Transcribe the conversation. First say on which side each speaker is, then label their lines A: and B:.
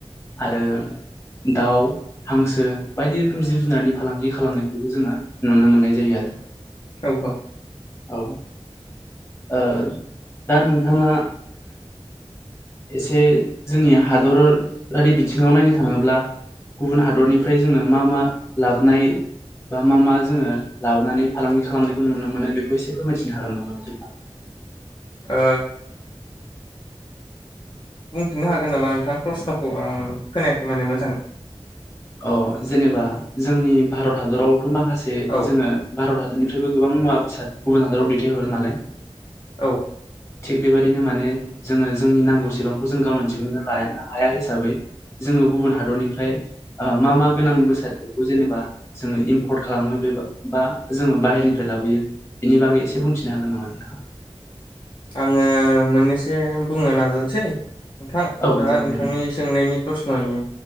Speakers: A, on the left; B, on the left.
A: आरो दाउ हांसो बायदि रोखोम जिब जुनारनि फालांगि खालामनायखौबो जोङो नुनो मोननाय जायो आरो।
B: औ औ।
A: औ। ओ दा नोंथाङा एसे जोंनि हादरारि बिथिङाव नायनो थाङोब्ला गुबुन हादरनिफ्राय जोङो मा मा लाबोनाय बा मा मा जोङो लाबोनानै फालांगि खालामनायखौ नुनो मोनो बे खौ एसे फोर मिथिनो हागोन नामा बिदिब्ला?
B: ओ बुंफिननो हागोन नामा नोंथां प्रस्न'खौ आं खोनायाखै माने मोजाङै।
A: अ जेनेबा जोंनि भारत हादरावथ' माखासे
B: औ
A: जोङो भारत हा दरनिफ्रायबो गोबां मुवा बेसाद गुबुन हादराव दैथायहरो नालाय?
B: औ।
A: थिग बेबायदिनो माने जोङो जोंनि नांगौसेबांखौ जों गावनो दिहुननो लानो हाया हिसाबै जोङो गुबुन हादरनिफ्राय ओ मा मा गोनां बेसादफोरखौ जेनेबा जोङो इम्पर्ट खालामो बे बा जोङो बाहेरनिफ्राय ला बोयो बिनि बागै एसे बुंथिनो हागोन नामा नोंथाङा?
B: आङो मोननैसो बुंनो नाजानोसै नोंथां।
A: औ
B: दा
A: जागोन
B: नोंथांनि
A: दे नोंथां।
B: सोंनायनि प्रस्न'नि